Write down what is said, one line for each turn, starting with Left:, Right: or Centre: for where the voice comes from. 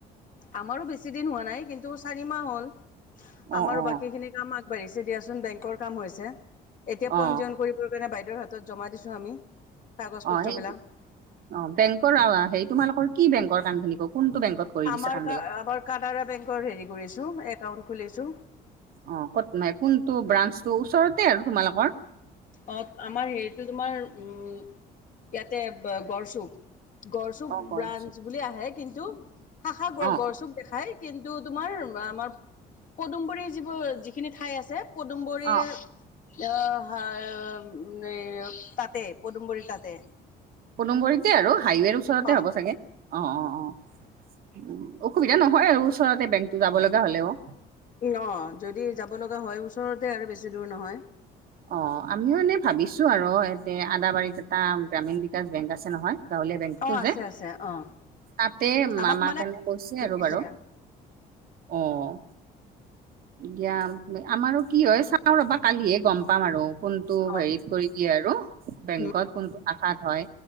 Left: আমাৰো বেছি দিন হোৱা নাই কিন্তু চাৰি মাহ হল আমাৰো
Right: অ অ
Left: বাকী খিনি কাম আগ বাৰিছে দিয়াচোন বেংকৰ কাম হৈছে এতিয়া
Right: অ
Left: পঞ্জীয়ন কৰিবৰ কাৰণে বাইদেউৰ হাতত জমা দিছো আমি। কাগজ
Right: অ,
Left: পত্ৰবিলাক।
Right: সেই অ, বেংকৰ আৱা সেই তোমালোকৰ কি বেংকৰ কামখিনি ক কোনটো বেংকত কৰি
Left: আমাৰ
Right: দিছে কাম
Left: কা
Right: বিলাক
Left: আমাৰ কানাড়া বেংকৰ হেৰি কৰিছোঁ একাউণ্ট খুলিছোঁ।
Right: অ, ক'ত কোনটো ব্ৰাঞ্চটো ওচৰতে আৰু তোমালোকৰ?
Left: অ, আমাৰ হেৰিটো তোমাৰ উম ইয়াতে গড় চুপ। গড়চুক
Right: অ বছ
Left: ব্ৰাঞ্চ বুলি আহে কিন্তু শাখা গ-
Right: অ
Left: গড়চুপ দেখাই কিন্তু তোমাৰ আমাৰ পদুমবোৰী যিবোৰ যিখিনি ঠাই আছে পদুমবোৰী
Right: অ
Left: অ <unintelligible> তাতে পদুমবোৰীৰ তাতে
Right: পদুমবোৰীত যে আৰু হাইৱেৰ ওচৰতে
Left: অ
Right: হ'ব চাগে অ', অ', অ',। উম, অসুবিধা নহয় আৰু ওচৰতে বেংকতো যাব লগা হ'লেও।
Left: ই, অ, যদি যাব লগা হয় ওচৰতে আৰু বেছি দূৰ নহয়।
Right: অ, আমিও এনে ভাবিছোঁ আৰু এতে আদাবাৰীত এটা গ্ৰামীণ বিকাশ বেংক আছে নহয় গাঁৱলীয়া বেংকটো
Left: অ
Right: যে
Left: আছে আছে অ
Right: তাতে
Left: আমাক
Right: আমাৰ
Left: মানে
Right: কাৰণে কৈছে
Left: দিছে
Right: আৰু বাৰু অ', দিয়া আমাৰো কি হয় চাও ৰবা কালিহে গম পাম আৰু কোন টো
Left: অ
Right: হেৰিত কৰি দিয়ে আৰু বেংকত
Left: উ
Right: কোনটো আকাত হয়।